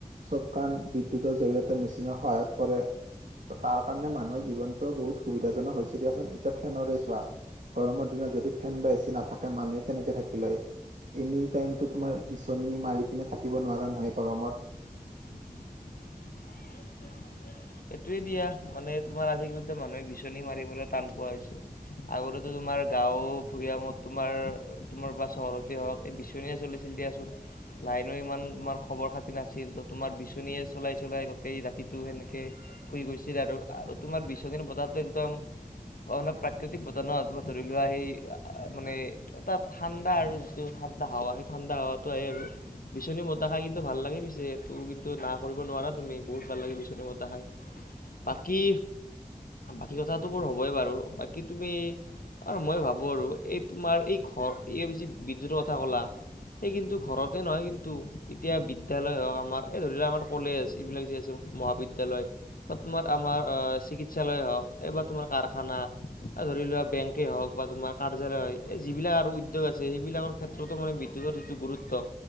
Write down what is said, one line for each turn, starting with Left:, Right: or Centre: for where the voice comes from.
Right: চব কাম বিদ্যুতৰ জৰিয়তে মেচিনৰ সহায়ত কৰে। ত তাৰ কাৰণে মানুহৰ জীৱনটো বহুত সুবিধাজনক হৈছে দিয়াচোন এতিয়া ফেনৰে চোৱা। গৰমৰ দিনত যদি ফেন বা এচি নাথাকে মানুহে কেনেকে থাকিলে হয়? এনি টাইমটো তোমাৰ বিচনী মাৰি কিনে থাকিব নোৱাৰা নহয় গৰমত।
Left: <unintelligible> এইটোৱে দিয়া মানে তোমাৰ আজিকালিতে মানুহে বিচনী মাৰিবলৈ টান পোৱা হৈছে। আগতেটো তোমাৰ গাওঁ ভূঞামত তোমাৰ তোমাৰ বা চহৰতে হওক এই বিচনীয়া চলিছিল। দিয়াচোন। লাইনো ইমান তোমাৰ খবৰ - খাতি নাছিল ত তোমাৰ বিচনীয়ে চলাই - চলাই গোটেই ৰাতিটো সেনেকে শুই গৈছিল আৰু আৰু তোমাৰ বিচনিৰ বতাহটো একদম মই মানে প্ৰাকৃতিক বতনত বা ধৰি লোৱা সেই মানে তাত ঠাণ্ডা আৰু যিটো হাৱা সেই ঠাণ্ডা হাৱাটো আহে আৰু। বিচনী বতাহ খাই কিন্তু ভাল লাগে, পিছে ত কিন্তু না কৰিব নোৱাৰা তুমি বহুত ভাল লাগে বিচনী বতাহ খাই। বাকী বাকী কথাটোবোৰ হ'বই বাৰু, বাকী তুমি আৰু মই ভাবো আৰু এই তোমাৰ এই ঘৰ এই বেছি বিদ্যুতৰ কথা ক'লা সে কিন্তু ঘৰতে নহয় কিন্তু এতিয়া বিদ্যালয় হওক আমাৰ এই ধৰি লোৱা আমাৰ কলেজ এইবিলাক যে আছে মহাবিদ্যালয় বা তোমাৰ আমাৰ চিকিৎসালয় হওক, এইবাৰ তোমাৰ কাৰখানা এ ধৰি লোৱা বেংকে হওক বা তোমাৰ কাৰ্যালয় এই যিবিলাক আৰু উদ্যোগ আছে সেইবিলাকৰ ক্ষেত্ৰতো মানে বিদ্যুৎ যিটো গুৰুত্ব